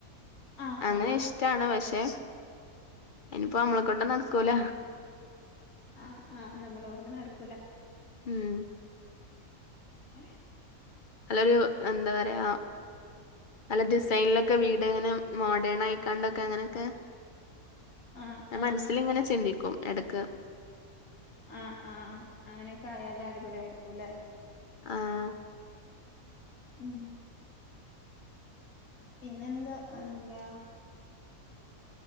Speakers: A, on the left; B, on the left.
A: ആഹ്
B: അങ്ങനെ
A: ആഹ്
B: ഇഷ് ട്ടാണ്, പക്ഷെ അയിന് ഇപ്പൊ നമ്മളെ കൊണ്ടൊന്നും നടക്കൂല.
A: ആഹ് ആഹ് നമ്മളെ കൊണ്ട് നടക്കൂല.
B: ഉം
A: കൊറെ
B: അതൊരു എന്തപറയ നല്ല ഡിസൈൻലൊക്കെ വീട്ങ്ങനെ മോഡേണായിക്കാണ്ടൊക്കെ അങ്ങനെക്കെ <unintelligible>
A: ആഹ് ആഹ്
B: മനസ്സിലിങ്ങനെ ചിന്തിക്കും എടക്ക്
A: ആഹ് ആഹ് അങ്ങനെക്കെ ആയാല് അടിപൊളിയായിരിക്കുംലെ
B: ആഹ്
A: ഉം പിന്നെന്താ എന്താ?